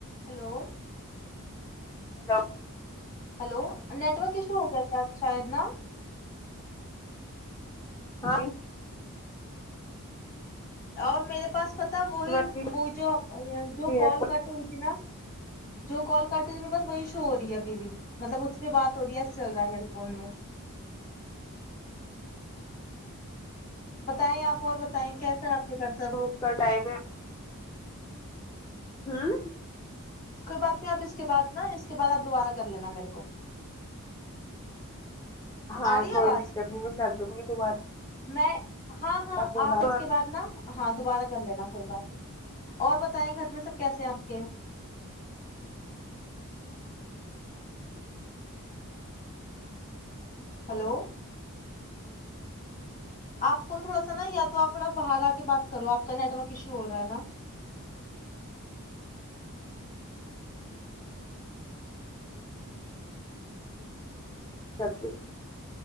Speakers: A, on the left; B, on the left.
A: hello
B: hello
A: hello network issue ہو گیا کیا شاید نا
B: ہ
A: آ میرے تھا وہی
B: ورک
A: وہی جو جو
B: بھی
A: کال
B: ہے
A: کٹ ہوئی تھی نا جو کال کاٹ رہ تھی میں بس وہی ش ہو رہی ہے بیوی مطلب بات ہو رہی ہے ایسا چل رہا ہے میرے فون میں بتائیں آپ اور بتائیں کیسا آپ کے گھر سب
B: روک کا ٹائم ہے ہاں
A: کوئی بات نہیں آپ اس کے بعد نا اس کے بعد آپ دوبارہ کر لینا میرے کو
B: ہاں
A: آ رہی ہے
B: کوئی
A: آواز
B: دقت نہیں میں کر دوں گی دوبارہ
A: میں ہاں ہاں
B: بولا
A: آپ اس کے بعد نا ہاں دوبارہ کر لینا کوئی بات نہیں اور بتیں گھر میں سب کیسے ہیں آپ کے ہلو آپ کو ن تھوڑا سا نا یا تو آپ تھوڑا باہر آ کے بات کرو آپ کا نیٹ ورک ایشو ہو رہا ہے نا
B: جبفے